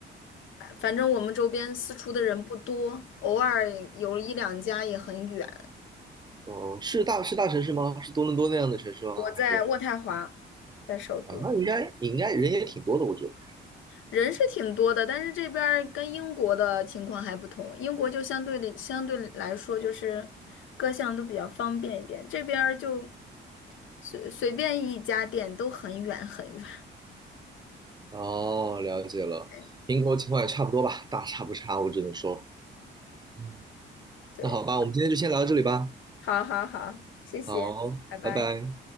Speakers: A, on the left; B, on the right.
A: 哎反正我们周边私厨的人不多，偶尔有一两家也很远。
B: 哦，是大是大城市吗？是多伦多那样的城市吗？
A: 我在渥太华，
B: 还是
A: 在首都。
B: 啊？那应该应该人也挺多的，我觉得。
A: 人是挺多的，但是这边儿跟英国的情况还不同。英国就相对的相对来说，就是各项都比较方便一点，这边儿就随随便一家店都很远很远。
B: 哦，了解了，
A: <laughs>
B: 英国情况也差不多吧，大差不差，我只能说。嗯，
A: 对，
B: 那好吧，我们今天就先聊到这里吧。
A: 好好好，谢谢，
B: 好，
A: 拜拜。
B: 拜拜。